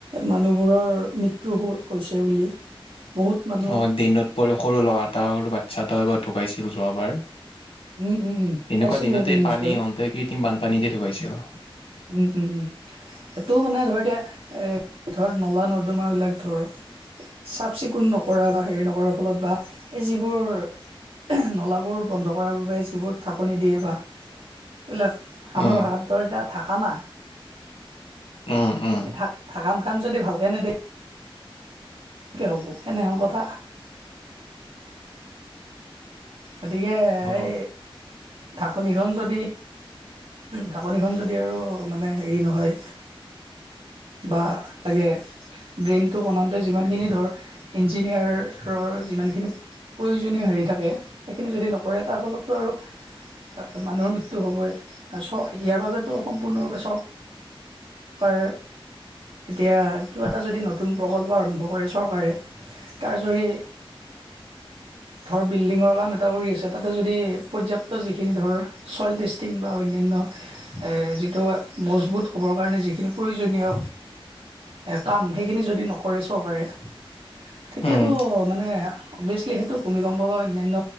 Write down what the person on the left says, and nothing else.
অ', ড্ৰেনত পৰি সৰু ল'ৰা এটা সৰু বাচ্ছা এটাও এবাৰ ঢুকাইছিল যোৱাবাৰ।
এনেকুৱা
দিনতে
পানী
আহোঁতে কৃত্ৰিম বানপানীতে ঢুকাইছিল।
উম
উম উম
অ
উম